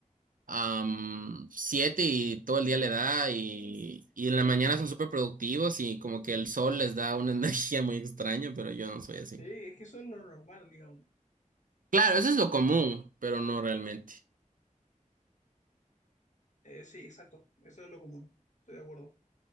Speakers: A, on the right (about 90°); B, on the left (about 65°).
A: am, siete y todo el día le da y, y en la mañana son súper productivos y como que el sol les da una <laughs> energía muy extraña, pero yo no soy
B: Sí,
A: así.
B: es que eso es lo normal, digamos.
A: Claro, eso es lo común, pero no realmente.
B: Eh, sí, exacto, eso es lo común, estoy de acuerdo.